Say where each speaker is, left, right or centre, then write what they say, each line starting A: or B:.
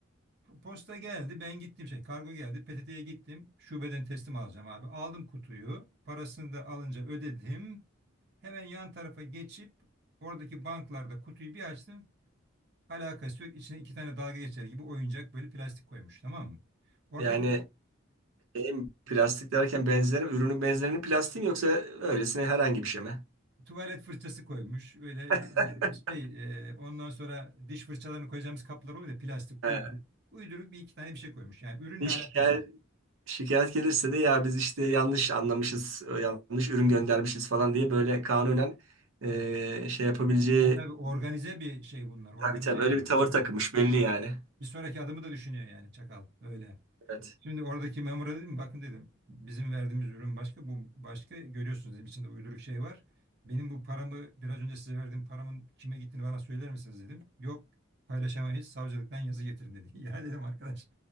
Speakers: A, on the right (about 55°); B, on the right (about 80°).
A: Posta geldi ben gittim şey kargo geldi PTT'ye gittim şubeden teslim alacağım abi. Aldım kutuyu parasını da alınca ödedim. Hemen yan tarafa geçip oradaki banklarda kutuyu bir açtım. Alakası yok. İçine iki tane dalga geçer gibi oyuncak böyle plastik koymuş tamam mı? Oradaki
B: Yani şeyim, plastik derken benzerim, ürünün benzerinin plastiği mi yoksa öylesine herhangi bir şey mi?
A: tuvalet fırçası koymuş. Öyle
B: <laughs>
A: e, şey e, ondan sonra diş fırçalarını koyacağımız kaplar oluyor ya plastik
B: He.
A: uyduruk. Uyduruk bir iki tane bir şey koymuş. Yani ürünle
B: Bir
A: alakası
B: Şikayet,
A: yok.
B: şikayet gelirse de ya biz işte yanlış anlamışız, e, yanlış ürün göndermişiz falan diye böyle kanunen e, şey yapabileceği
A: Yani tabii organize bir şey bunlar. Organize
B: tabii tabii
A: yani.
B: öyle bir tavır
A: Bir,
B: takılmış belli yani.
A: bir sonraki adımı da düşünüyor yani çakal. Öyle.
B: Evet.
A: Şimdi oradaki memura dedim bakın dedim bizim verdiğimiz ürün başka bu başka görüyorsunuz dedim içinde uyduruk şey var. Benim bu paramı biraz önce size verdiğim paramın kime gittiğini bana söyler misiniz dedim. Yok paylaşamayız savcılıktan yazı getirin dedi. <laughs> Ya dedim arkadaş